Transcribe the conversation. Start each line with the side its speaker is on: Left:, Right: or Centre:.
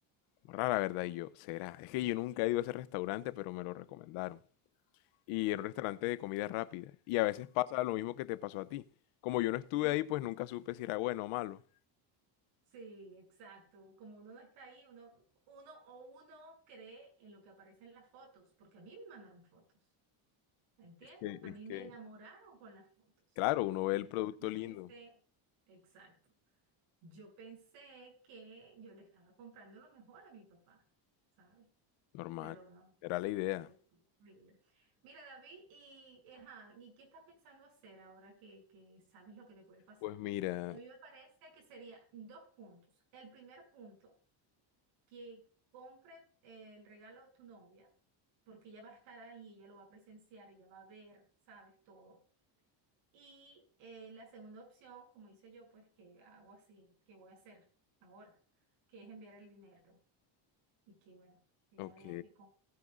Left: rara, ¿verdad? Y yo, ¿será? Es que yo nunca he ido a ese restaurante, pero me lo recomendaron. Y era un restaurante de comida rápida. Y a veces pasa lo mismo que te pasó a ti. Como yo no estuve
Right: mm,
Left: ahí, pues nunca supe si era bueno o malo.
Right: Sí, exacto. Como uno no está ahí, uno, uno o uno cree en lo que aparece en las fotos, porque a mí me mandaron fotos, ¿entiendes?
Left: Es que,
Right: A
Left: es
Right: mí
Left: que,
Right: me enamoraron con las fotos.
Left: claro, uno ve
Right: Entonces
Left: el producto
Right: yo
Left: lindo,
Right: pensé, exacto, yo pensé que yo le estaba comprando lo mejor a mi papá, ¿sabes?
Left: normal.
Right: Pero no.
Left: Era la idea.
Right: Terrible. Mira, David, y, eh, ajá, ¿y qué estás pensando hacer ahora que, que sabes lo que te puede pasar?
Left: Pues mira,
Right: A mí me parece que sería dos puntos. El primer punto, que compre el regalo a tu novia, porque ella va a estar ahí, ella lo va a presenciar, ella va a ver, sabes, todo. Y eh, la segunda opción, como hice yo, pues que hago así, que voy a hacer ahora, que es enviar el dinero y que, bueno, que ella
Left: ok.
Right: vea que... com-